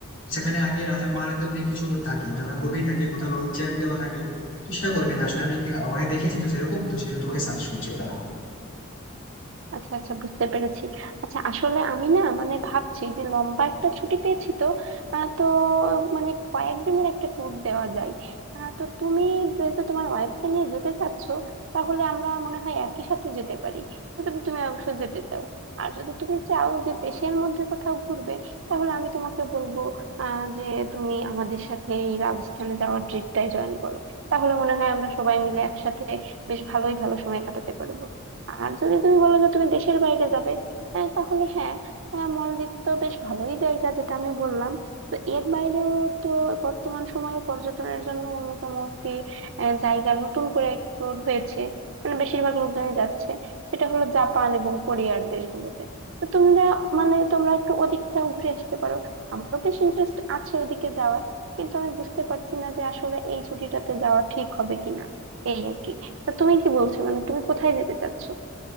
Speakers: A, on the left (about 65°); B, on the right (about 60°).
A: সেখানে আগে রাজা মহারাজাদের
B: হ্যাঁ
A: অনেক কিছু থাকে মানে অনেক গভীর থাকে কোথাও ওই চেন দেওয়া থাকে তো সেটা করবে না আসলে আমি আহ, অনেক দেখেছি তো সেরকম তো সেই জন্য তোমাকে সাজেস্ট করছি ওটা
B: আচ্ছা আচ্ছা বুঝতে পেরেছি আচ্ছা আসলে আমি না মানে ভাবছি যে লম্বা একটা ছুটি পেয়েছি তো আহ, তো মানে কয়েকদিনের একটা ট্যুর দেওয়া যায় আহ, তো তুমি যেহেতু তোমার ওয়াইফকে নিয়ে যেতে চাচ্ছ তাহলে আমরা মনে হয় একই সাথে যেতে পারি যদি তুমি অবশ্য যেতে চাও আর যদি তুমি চাও যে দেশের মধ্যে কোথাও ঘুরবে তাহলে আমি তোমাকে বলবো আহ যে তুমি আমাদের সাথে এই রাজস্থানে যাওয়ার ট্রিপটায় জয়েন করো তাহলে মনে হয় আমরা সবাই মিলে একসাথে বেশ ভালোই ভালো সময় কাটাতে পারবো আর যদি তুমি বলো যে তুমি দেশের বাইরে যাবে আহ, তাহলে হ্যাঁ আহ, মলদ্বীপ তো বেশ ভালোই জায়গা যেটা আমি বললাম তো এর বাইরেও তো বর্তমান সময়ে পর্যটনের জন্য অন্যতম একটি আহ, জায়গা নতুন করে এক্সপ্লোর হয়েছে মানে বেশিরভাগ লোকজনই যাচ্ছে সেটা হলো জাপান এবং কোরিয়ার দেশগুলোতে তো তোমরা মানে তোমরা একটু ওদিকটাও ঘুরে আসতে পারো আমারও বেশ ইন্টারেস্ট আছে ওদিকে যাওয়ার কিন্তু আমি বুঝতে পারছি না যে আসলে এই ছুটিটাতে যাওয়া ঠিক হবে কিনা এই আর কি তা তুমি কি বলছো মানে তুমি কোথায় যেতে চাচ্ছ